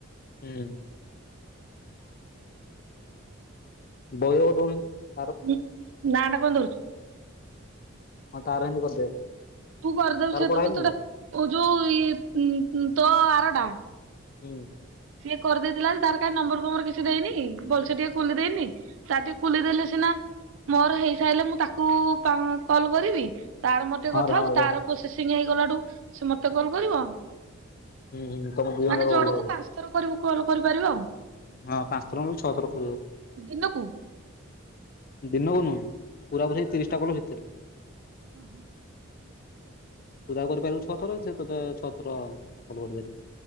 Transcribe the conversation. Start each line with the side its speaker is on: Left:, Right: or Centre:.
Left: ହୁଁ। ବଉ ର ଦୌନହା
Right: ଏ ନାଁଟା କଣ ଦଉଚୁ?
Left: ହଁ ତାର ଏମିତି କରିଦେ।
Right: ତୁ କରିଦବୁ
Left: ତାର
Right: ସେ
Left: କରାହେଇନି
Right: ତ ତଟ
Left: କି?
Right: ଯୋଉ ଇଏ ଉଁ ଉଁ ତୋ ଆର ଟା।
Left: ହୁଁ।
Right: ସିଏ କରିଦେଇଥିଲା ତାର କାଁଇ ନମ୍ବର ଫମ୍ବର କିଛି ଦେଇନି, ବଲସେ ଟିକେ ଖୋଲିଦେଇନି। ତାରଟି ଖୋଲିଦେଲେ ସିନା ମୋର ହେଇସାରିଲେ ମୁଁ ତାକୁ ପା କଲ କରିବି? ତାର ମୋର ଟିକେ
Left: ହଁ
Right: କଥା
Left: ର
Right: ହବୁ,
Left: ହଁ ର
Right: ତାର ପ୍ରୋସେସିଂ ହେଇଗଲାଠୁ ସେ ମତେ କଲ୍ କରିବ।
Left: ହୁଁ ହୁଁ ତମର ଦୁଇ ଜଣ
Right: ମାନେ
Left: ଯାକ
Right: ଜଣକୁ
Left: ଭଲ ହବ।
Right: ପାଞ୍ଚ ଥର କରିବୁ କଲ କରିପାରିବ ଆଉ?
Left: ହଁ ପାଞ୍ଚ ଥର ନହେଲେ ଛଅଥର କରିହବ,
Right: ଦିନକୁ
Left: ଦିନକୁ ନୁହେଁ। ପୁରାପୁରୀ ତିରିଶ ଟା କଲ ଭିତରେ।
Right: ଅ ହ।
Left: ତୁ ଯାହାକୁ କରିପାରିବୁ ଛଅ ଥର, ସେ ତତେ ଛଅଥର କଲ କରିପାରିବ।